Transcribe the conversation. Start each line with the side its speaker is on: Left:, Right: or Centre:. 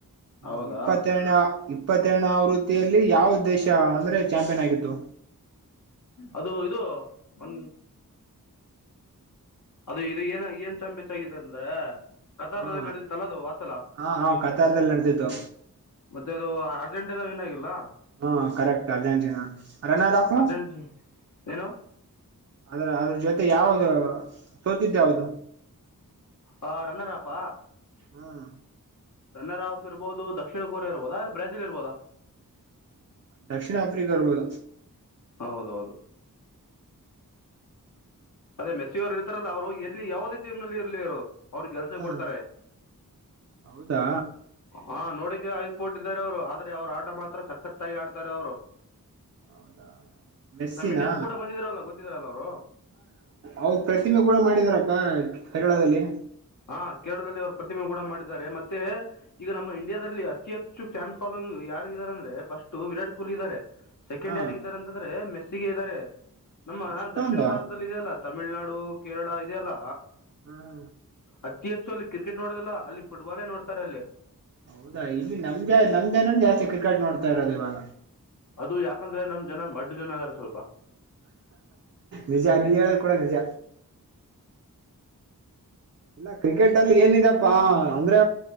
Right: ಹ್ಮ
Left: ಹೌದಾ
Right: ಇಪ್ಪತ್ತೆರನೇ ಇಪ್ಪತ್ತೆರನೇ ಅವೃ ಲ್ಲಿ ಯಾವ ದೇಶ ಅಂದ್ರೆ ಚಾಂಪಿಯನ್ ಆಗಿತ್ತು
Left: ಅದು ಇದು ಒ ಅದು ಇದು ಏನ ಏನ್ ಚಂಬಿತ್ಗಾಗಿದೆ ಅಂದ್ರ ಕತಾರ್ಲ್ಲಿ
Right: ಹಾ
Left: ನಡದತ್ತಲ್ಲ ಅದು ವಾಸಲ
Right: ಹಾ ಹಾ ಕತಾರ್ದಲ್ಲಿ ನಡೆದಿತ್ತು
Left: ಮತ್ತೆ ಅದು ಅಜಂಟನ ನ್ ಆಗಿಲ್ಲ
Right: ಹಾ ಕರೆಕ್ಟ್ ಅರ್ಜೆಂಟೀನಾ ರನ್ನ ಹಾಫ್
Left: ಅರ್ಜೆಂಟಿ ಏನು
Right: ಅದ್ರ ಅದ್ರ ಜೊತೆ ಯಾವ್ದ ಸೋತಿದ್ದ ಯಾವ್ದ
Left: ಆ ರನ್ನರ್ ಅಪ್
Right: ಹ್ಮ್
Left: ರನ್ನರಾಫ್ ಇರ್ಬೋದು ದಕ್ಷಿಣ ಕೊರಿಯಾ ಇರ್ಬೋದಾ ಬ್ರಾಜಿಲ್ ಇರ್ಬೋದಾ
Right: ದಕ್ಷಿಣ ಆಫ್ರಿಕಾಬೋದ
Left: ಹೌದೌದು ಅದೇ ಮೆಸ್ಸಿಯವರು ಇರ್ತಾರಲ್ಲ ಅವ್ರು ಎಲ್ಲಿ ಯಾವವುದೇಟೀಮ ನಲ್ಲಿ ಇರ್ಲಿ ಅವ್ರ ಕೆಲ್ಸ
Right: ಹಾ
Left: ಕೊಡ್ತಾರೆ
Right: ಹೌದಾ
Left: ಹಾ ನೋಡ ಐಫೋಟ್ ಇದಾರೆ ಅವರು ಆದ್ರೆ ಅವರು ಆಟ ಮಾತ್ರ ಸಕ್ಕತ್ತಾಗಿ ಆಡ್ತಾರೆ ಅವ್ರು
Right: ಹೌದಾ ಮೆಸ್ಸಿನಾ
Left: ನಮ ಇಂಡ್ಯಕ್ಕೂ ಕೂಡ ಬಂದಿದ್ರಲ್ಲ ಗೊತ್ತಿದ್ರಲ್ಲ ಅವರು
Right: ಅವದ ಪ್ರತಿಮೆ ಕೂಡ ಮಾಡಿದಾರಪ್ಪ ಕರಳದಲ್ಲಿ
Left: ಹಾ ಕೇರಳದಲ್ಲಿ ಅವರು ಪ್ರತಿಮೆ ಕೂಡ ಮಾಡಿದ್ದಾರೆ ಮತ್ತೆ ಈಗ ನಮ್ಮ ಇಂಡಿಯಾದಲ್ಲಿ ಅತಿ ಹೆಚ್ಚು ಫ್ಯಾನ್ ಫಾಲೋ ಯಾರ ಇದಾರೆ ಅಂದ್ರೆ ಫಸ್ಟ್ ವಿರಾಟ್ ಕೊಹ್ಲಿ ಇದ್ದಾರೆ ಸೆಕೆಂಡ್
Right: ಹಾ
Left: ಯಾರಗಿದ್ದಾರೆ ಅಂತಂದ್ರೆ ಮೆಸ್ಸಿಗೆ ಇದ್ದಾರೆ ನಮ್ಮ
Right: ಅಷ್ಟೊಂದ
Left: ದಕ್ಷಿಣ ಭಾರತದಲ್ಲಿ ಇದೆ ಅಲ್ಲ ತಮಿಳ್ನಾಡು ಕೇರಳ ಇದೆ ಅಲ್ಲ
Right: ಹ್ಮ ಹ
Left: ಅತಿ ಹೆಚ್ಚು ಅಲ್ಲಿ ಕ್ರಿಕೆಟ್ ನೋಡೋದಿಲ್ಲ ಅಲ್ಲಿ ಪುಟ್ಬಾಲ್ ನೋಡ್ತಾರೆ ಅಲ್ಲಿ
Right: ಹೌದಾ ಇಲ್ಲಿ ನಮ್ ಜ ನಮ್ ಜನನ್ ಜಾಸ್ತಿ ಕ್ರಿಕೆಟ್ ನೋಡ್ತಾ ಇರೋದು ಇವಾಗ
Left: ಅದು ಯಾಕಂದ್ರೆ ನಮ್ ಜನ ಮಡ್ ಜನ ಅದಾರ ಸ್ವಲ್ಪ
Right: ನಿಜ ನೀ ಹೇಳದು ಕೂಡ ನಿಜ ಇಲ್ಲ ಕ್ರಿಕೆಟ್ ಅಲ್ಲಿ ಏನಿದೆಪ್ಪಾ ಅಂದ್ರೆ